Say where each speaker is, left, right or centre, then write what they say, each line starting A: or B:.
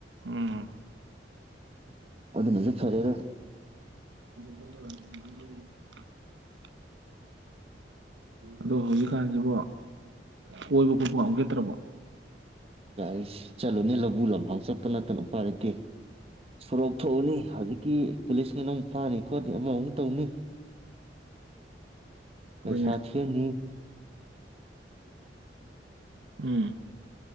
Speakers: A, on the right (about 85°); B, on the right (about 35°).
A: ꯎꯝ
B: ꯑꯗꯨꯅꯁꯨ ꯐꯔꯦꯔ
A: ꯎꯝꯃꯥ ꯎꯝꯃꯤꯌꯦ <inaudible> ꯑꯗꯣ ꯍꯧꯖꯤꯛꯀꯥꯟꯁꯤꯕꯨ ꯀꯣꯏꯕ ꯈꯣꯠꯄꯒ ꯆꯠꯇ꯭ꯔꯕ
B: ꯌꯥ ꯆꯠꯂꯨꯅꯦ ꯂꯕꯨꯨ ꯂꯝꯐꯥꯎ ꯆꯠꯄ ꯅꯠꯇꯅ ꯄꯥꯏꯔꯛꯀꯦ ꯁꯣꯔꯣꯛ ꯊꯣꯛꯎꯅꯤ ꯍꯥꯏ ꯤ ꯄꯨꯂꯤꯁꯀꯤꯅ ꯑꯃꯨꯛ ꯐꯥꯅꯤ ꯈꯣꯠꯅꯤ ꯑꯃꯃꯨꯛ ꯇꯧꯅꯤ ꯄꯩꯁꯥ
A: ꯍꯣꯏꯅꯦ
B: ꯊꯦꯅꯤ <unintelligible>
A: ꯎꯝ